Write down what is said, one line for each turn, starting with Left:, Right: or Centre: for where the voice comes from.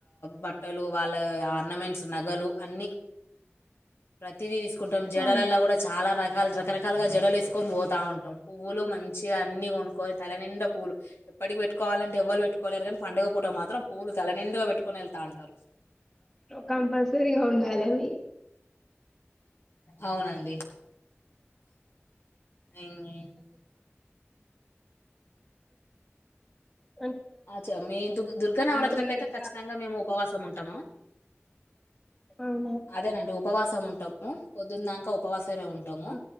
Left: బట్టలు వాళ్ళ ఆర్నమెంట్స్, నగలు అన్ని ప్రతిది తీస్ కుంటాం. జడల్లాల
Centre: అవును
Left: కూడా చాల రక్ చ్చల్ రకరకాలుగా జడలేసుకని పోతా ఉంటాం. పువ్వులు మంచిగా అన్ని కొనుక్కొని తలనిండ పూలు ఎప్పటికి పెట్టుకోవాలంటే ఎవ్వల్ పెట్టుకోలేరు. కానీ పంండగ పూట మాత్రం పూవ్వులు తలనిండుగా పెట్టుకొని వెళ్తా ఉంటారు.
Centre: అ కంపల్సరి ఉండాలవి.
Left: అవునండి. ఉమ్,
Centre: ఇ
Left: అచ్చ మేమ్ దు దుర్గ నవరాత్రకి
Centre: స్వీట్స్
Left: అయితే ఖచ్చితంగా మేము ఉపవాసం సం ఉంటాము
Centre: అవునా
Left: అదేనండి. ఉపవాసం ఉంటాము. పొద్దుందాక ఉపవాసం సమే ఉంటాము.
Centre: ఆ!